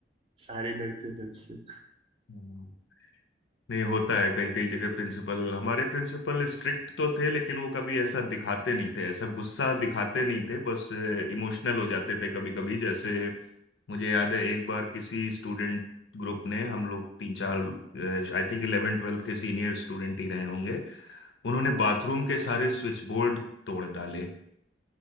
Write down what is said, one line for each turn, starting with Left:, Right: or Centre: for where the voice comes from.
Right: सारे डरते थे उससे
Left: <laughs> नहीं होता है कई कई जगह प्रिंसिपल हमारे प्रिंसिपल स्ट्रिक्ट तो थे लेकिन वो कभी ऐसा दिखाते नहीं थे ऐसा गुस्सा दिखाते नहीं थे बस इमोशनल हो जाते थे कभी कभी जैसे मुझे याद है एक बार किसी स्टूडेंट ग्रुप ने हम लोग तीन चार आई थिंक इलेवन ट्वेल्थ के सीनियर स्टूडेंट ही रहे होंगे उन्होंने बाथरूम के सारे स्विच बोर्ड तोड़ डाले